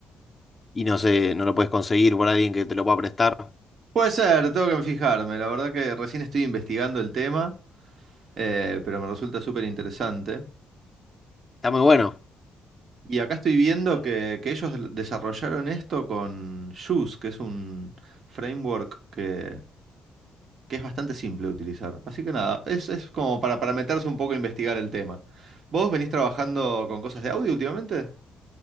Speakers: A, on the left (about 25°); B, on the right (about 55°).
A: y no sé, no lo puedes conseguir por alguien que te lo pueda prestar.
B: Puede ser, tengo que fijarme. La verdad que recién estoy investigando el tema, eh, pero me resulta súper interesante.
A: Está muy bueno.
B: Y acá estoy viendo que, que ellos desarrollaron esto con Juice, que es un framework que que es bastante simple de utilizar. Así que nada, es, es como para, para meterse un poco a investigar el tema. ¿Vos venís trabajando con cosas de audio últimamente?